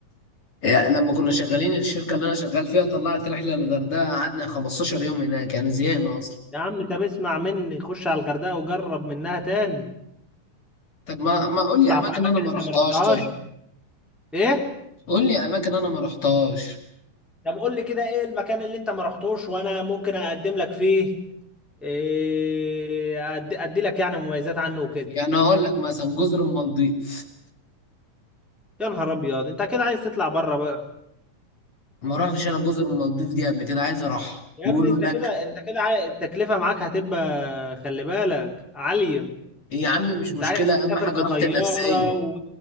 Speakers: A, on the left; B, in the centre.
A: يعني لما كنا شغالين الشركة اللي أنا شغال فيها طلعت رحلة للغردقة قعدنا 15 يوم هناك يعني زهقنا أصلا
B: يا عم طب اسمع مني خش على الغردقه وجرب منها تاني
A: طب ما ما قول
B: اطلع
A: لي أماكن
B: في اماكن
A: أنا ما
B: انت
A: رحتهاش
B: ما رحتهاش
A: طيب
B: ايه
A: قول لي أماكن أنا ما رحتهاش
B: طب قول لي كده ايه المكان اللي انت ما رحتوش وانا ممكن اقدم لك فيه إيه أدي, ادي لك يعني مميزات عنه وكده
A: يعني أقول لك مثلا جزر المالديف
B: يا نهار ابيض انت كده عايز تطلع بره بقى
A: ما رحتش أنا جزر المالديف دي قبل كده عايز أروح
B: يا
A: بيقولوا
B: ابني انت
A: هناك
B: كده انت كده عاي- التكلفه معاك هتبقى خلي بالك عاليه
A: يا عم مش
B: انت
A: مشكلة
B: عايز تسافر
A: أهم حاجة
B: بطياره
A: راحتي النفسية
B: و